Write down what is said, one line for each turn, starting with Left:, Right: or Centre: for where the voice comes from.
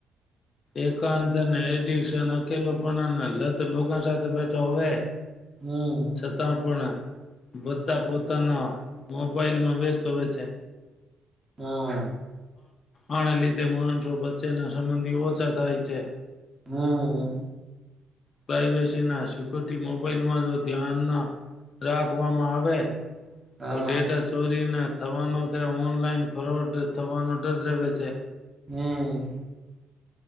Left: એકાંત અને એડિકશન અકેલોપણા લત લોકો સાથે બેઠો હવે
Right: હમ
Left: છતાં પણ બધા પોતાના મોબાઈલમાં વ્યસ્ત હોય છે
Right: હા
Left: આને લીધે માણસો વચ્ચેના સંબંધીઓ છ થાય છે
Right: હા
Left: પ્રવેસી ના સિકરિટી મોબાઈલમાં જો ધ્યાન ના રાખવામાં આવે
Right: હા
Left: તો ડેટા ચોરી ના થવાનો કે ઓનલાઈન ફ્રોડ થવાનો ડર રવે છે
Right: હમ્મ